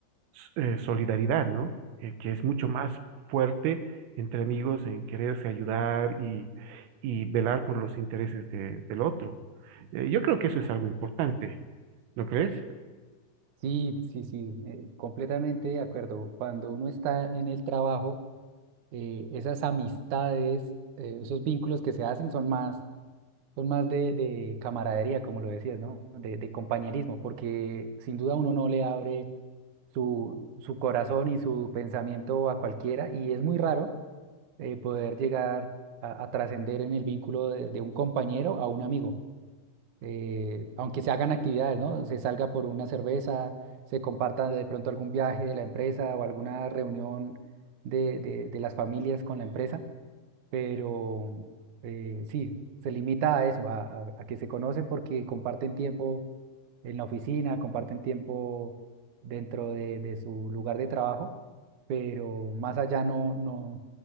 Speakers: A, on the right; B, on the right.
A: eh, solidaridad, ¿no? Eh, que es mucho más fuerte entre amigos en quererse ayudar y, y velar por los intereses de- del otro. Eh, yo creo que eso es algo importante, ¿no crees?
B: Sí, sí, sí, eh, completamente de acuerdo. Cuando uno está en el trabajo, eh, esas amistades, eh, esos vínculos que se hacen son más Son más de, de camaradería, como lo decías, ¿no? De, de compañerismo, porque sin duda uno no le abre su, su corazón y su pensamiento a cualquiera y es muy raro eh, poder llegar a, a trascender en el vínculo de, de un compañero a un amigo, Eh, aunque se hagan actividades, ¿no? Se salga por una cerveza, se comparta de pronto algún viaje de la empresa o alguna reunión de, de de las familias con la empresa pero eh, sí, se limita a eso, a, a- a que se conocen porque comparten tiempo en la oficina, comparten tiempo dentro de, de su lugar de trabajo, pero más allá no, no,